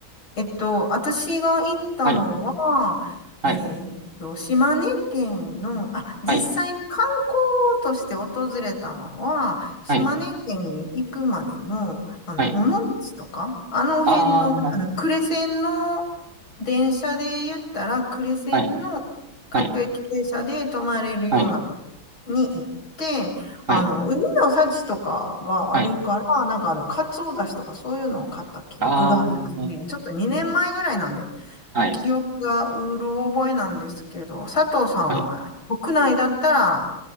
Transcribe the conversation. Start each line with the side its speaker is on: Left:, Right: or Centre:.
Left: えっと、私が行ったのは、
Right: はい、はい、
Left: えーっと、島根県の、あ、実際に観光として訪れたのは、
Right: はい、
Left: 島根県に行くまでの、
Right: はい、
Left: あの、
Right: はい。
Left: 尾道とか、あの辺の、
Right: あ
Left: あの呉線の電車で言ったら、呉線の各駅停車で泊まれるようなとこに行って、
Right: あ、はい、はい、はい、
Left: あの、
Right: はい、
Left: 海の幸とかがあるから、
Right: はい。
Left: なんかあの、カツオだしとかそういうのを買った記憶がありますね。
Right: ああ、
Left: ちょっと2年前ぐらいなんで、
Right: はい、
Left: 記憶がうろ覚えなんですけど、佐藤さんは国内だったら
Right: はい。